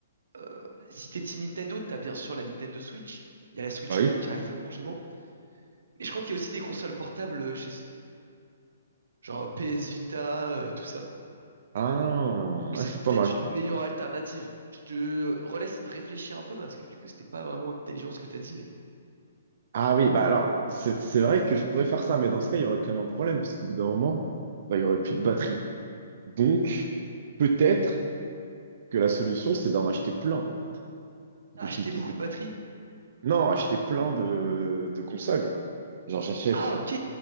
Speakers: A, on the right; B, on the right.
A: Euh, si t'es Team Nintendo, t'as bien sûr la Nintendo Switch. Il y a la Switch
B: bah oui.
A: 2 qui arrive prochainement. Mais je crois qu'il y a aussi des consoles portables euh, chez genre PS Vita, euh, tout ça.
B: Ah,
A: Donc c'est
B: ah, c'est pas
A: peut-être
B: mal.
A: une meilleure alternative. Je te relaisse réfléchir un peu parce que du coup c'était pas vraiment intelligent ce que t'as dit, mais
B: Ah oui, bah alors, c'est c'est vrai que je pourrais faire ça, mais dans ce cas, il y aurait quand même un problème, parce qu'au bout d'un moment, bah, il y aurait plus de batterie. Donc, peut-être que la solution, c'est d'en acheter plein, en fait. De,
A: acheter
B: qu'ils- qu'ils
A: beaucoup
B: aient-
A: de batteries.
B: Non, acheter plein de, de consoles. Genre, j'achète
A: Ah ok,